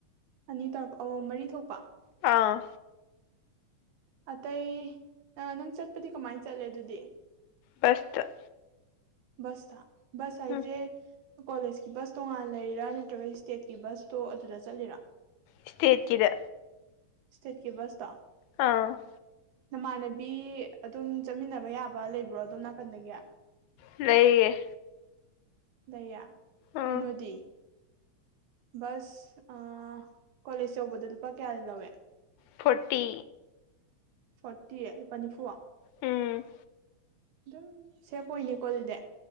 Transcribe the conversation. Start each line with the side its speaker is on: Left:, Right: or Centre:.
Right: ꯑꯅꯤ ꯇꯧꯔꯛꯄ ꯑꯣ ꯃꯔꯤ ꯊꯣꯛꯄ
Left: ꯑꯥ
Right: ꯑꯇꯩ ꯅꯪ ꯆꯠꯄꯗꯤ ꯀꯃꯥꯏꯅ ꯆꯠꯂꯦ ꯑꯗꯨꯗꯤ
Left: ꯕꯁꯇ
Right: ꯕꯁꯇ ꯕꯁ ꯍꯥꯏꯖꯦ
Left: ꯎꯝ
Right: ꯀꯣꯂꯦꯖꯀꯤ ꯕꯁ ꯇꯣꯉꯥꯟ ꯂꯩꯔꯤꯔꯥ ꯅꯠꯇ꯭ꯔꯒ ꯏꯁꯇꯦꯠꯀꯤ ꯕꯁꯇꯣ ꯑꯗꯨꯗ ꯆꯠꯂꯤꯔꯥ
Left: ꯏꯁ꯭ꯇꯦꯠꯀꯤꯗ
Right: ꯏꯁꯇꯦꯠꯀꯤ ꯕꯁꯇ
Left: ꯑ
Right: ꯅꯃꯥꯟꯅꯕꯤ ꯑꯗꯨꯝ ꯆꯠꯃꯤꯟꯅꯕ ꯌꯥꯕ ꯂꯩꯕ꯭ꯔꯣ ꯑꯗꯣꯝ ꯅꯥꯀꯟꯗꯒꯤ
Left: ꯂꯩꯌꯦ
Right: ꯂꯩꯌꯦ
Left: ꯑꯥ
Right: ꯀꯩꯅꯣꯗꯤ ꯕꯁ ꯀꯣꯂꯦꯖ ꯌꯧꯕꯗ ꯂꯨꯄꯥ ꯀꯌꯥꯗꯤ ꯂꯧꯋꯦ
Left: ꯐꯣꯔꯇꯤ
Right: ꯐꯣꯔꯇꯤ ꯂꯨꯄꯥ ꯅꯤꯐꯨ
Left: ꯎꯝ
Right: ꯑꯗꯨꯝ ꯁꯦꯐ ꯑꯣꯏꯅꯦꯀꯣ ꯑꯗꯨꯗꯤ